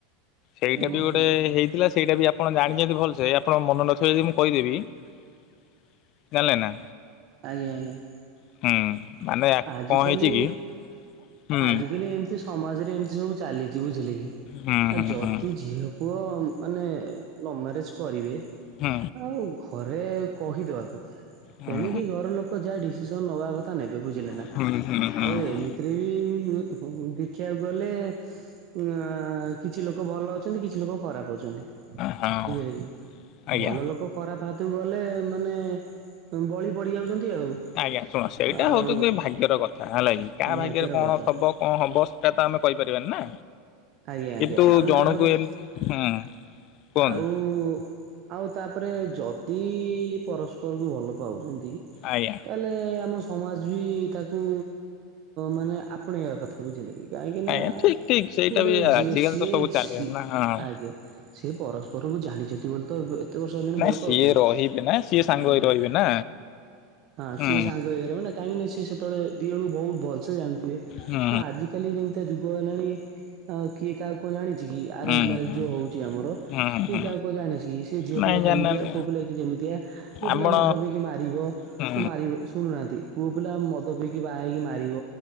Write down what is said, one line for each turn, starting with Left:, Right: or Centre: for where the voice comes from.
Left: ସେଇଟା
Right: ଓହୋ
Left: ବି ଗୋଟେ ହେଇଥିଲା। ସେଇଟା ବି ଆପ୍ ଆପଣ ଜାଣିଚନ୍ତି ଭଲସେ ଆପଣ ମନ ନଥିବ ଯଦି ମୁଁ କହିଦେବି ଜାଣିଲେ ନା?
Right: ଆଜ୍ଞା ଆଜ୍ଞା।
Left: ହୁଁ! ମାନେ
Right: ଆଜିକାଲି
Left: କଣ ହେଇଛି କି ହୁଁ
Right: ଆଜିକାଲି ଏମ୍ତି ସମାଜରେ ଏମ୍ତି ସବୁ ଚାଲିଚି ବୁଝିଲେ କି?
Left: ହୁଁ
Right: ଆ
Left: ହୁଁ
Right: ଯଦି
Left: ହୁଁ।
Right: ଝିଅ ପୁଅ ମାନେ ଲଭ ମ୍ୟାରେଜ କରିବେ।
Left: ହୁଁ!
Right: ଆଉ ଘରେ କହିଦବା କଥା।
Left: ହୁଁ
Right: ତେଣିକି ଘର ଲୋକ ଯାହା ଡିସିସନ୍ ନବା କଥା ନେବେ ବୁଝ ଲେନା।
Left: ହୁଁ ହୁଁ ହୁଁ ହଁ
Right: ଆଉ ଏମିତିରେ ବି ଦେଖିବାକୁ ଗଲେ ଆଁ କିଛି ଲୋକ ଭଲ ଅଛନ୍ତି କିଛି ଲୋକ ଖରାପ ଅଛନ୍ତି।
Left: ହଁ
Right: ବୁଝିଲେ କି?
Left: ଆଜ୍ଞା।
Right: ଭଲ ଲୋକ ଖରାପ ହାତକୁ ଗଲେ ମାନେ ଉଁ ବଳି ପଡିଯାଉଛନ୍ତି ଆଉ।
Left: ଆଜ୍ଞା ଶୁଣ ସେଇଟା
Right: ଆଉ
Left: ହଉଛନ୍ତି ଭାଗ୍ୟର କଥା ହେଲା କିି କାହା
Right: ଭାଗ୍ୟର
Left: ଭାଗ୍ୟରେ କଣ
Right: କଥା
Left: ଥବ କଁ ହବ ସେଇଟା ତ ଆମେ କହିପାରିବାନି ନା।
Right: ଆଜ୍ଞା
Left: କିନ୍ତୁ
Right: ଆଜ୍ଞା! ଆଉ
Left: ଜଣକୁ
Right: ତାପରେ
Left: ଏମିତି ହୁଁ କୁହନ୍ତୁ
Right: ଆଉ ଆଉ ତାପରେ ଯଦି ପରସ୍ପରକୁ ଭଲ ପାଉଚନ୍ତି।
Left: ଆଜ୍ଞା!
Right: ତାହେଲେ ଆମ ସମାଜ ବି ତାକୁ ମାନେ ଆପଣେଇବା କଥା ବୁଝିଲେ କି? କାହିଁକିନା
Left: ଆଜ୍ଞା ଠିକ୍ ଠିକ୍ ସେଇଟା
Right: ଗୋଟେ
Left: ବି
Right: ଝିଅ
Left: ଆଜିକାଲି
Right: ସିଏ
Left: ତ ସବୁ
Right: ସି
Left: ଚାଲିଲାଣି ନା ହଁ।
Right: ଆଜ୍ଞା ସିଏ ପରସ୍ପରକୁ ଜାଣିଚନ୍ତି ବୋଲି ତ ବ ଏତ୍ ତେ ବର୍ଷ ହେଲାଣି
Left: ନାଇଁ
Right: ଭଲ
Left: ସିଏ
Right: ପାଉଥିଲେ।
Left: ରହିବେ ନା ସିଏ ସାଙ୍ଗ
Right: ଉମ୍
Left: ହେଇ ରହିବେ ନା
Right: ହଁ
Left: ହୁଁ
Right: ସିଏ
Left: ହୁଁ
Right: ସାଙ୍ଗ ହେଇଗଲେ ମାନେ କାହିଁକିନା ସିଏ ସେତେବେଳେ ଦି ଜଣଙ୍କୁ ବହୁ ଭଲସେ ଜାଣିଥିବେ।
Left: ହୁଁ
Right: ଆ ଆଜିକାଲି ଯେମିତିଆ ଯୁଗ ହେଲାଣି ଆଉ କିଏ କାହାକୁ କଣ ଜାଣିଚି କି ଆରେଞ୍ଜ
Left: ହୁଁ।
Right: ମ୍ୟାରେଜ୍ ଯୋଉ ହଉଚି ଆମର।
Left: ହୁଁ
Right: କି
Left: ହୁଁ
Right: କାହା କଣ ଜାଣିଚି କି ସେ ଝିଅ
Left: ନାଇଁ
Right: ପିଲା
Left: ଜାଣିନାହାନ୍ତି
Right: କେମିତିଆ ପୁଅ ପିଲା କି କେମିତିଆ କୋଉ
Left: ଆପଣ
Right: ପିଲା ମଦ ପିକି ମାରିବ।
Left: ହୁଁ
Right: ମାରିବ ଶୁଣୁନାହାନ୍ତି ପୁଅ ପିଲା ମଦ ପିଇକି ବାହା ହେଇକି ମାରିବ